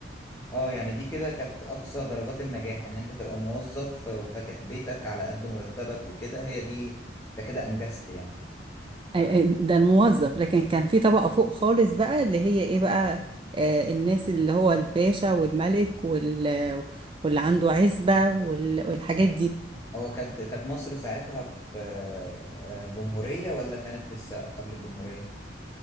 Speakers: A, on the left; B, on the right.
A: اه يعني دي كده كانت اقصى درجات النجاح ان انت تبقى موظف وفاتح بيتك على قد مرتبك وكده هي دي انت كده انجزت يعني
B: آه، آه، ده الموظف لكن كان في طبقة فوق خالص بقى اللي هي ايه بقى آه، الناس اللي هو الباشا والملك وال... واللي عنده عزبة وال... والحاجات
A: آه.
B: دي
A: هو كانت كانت مصر ساعتها في آه، آه، جمهورية ولا كانت لسه قبل الجمهورية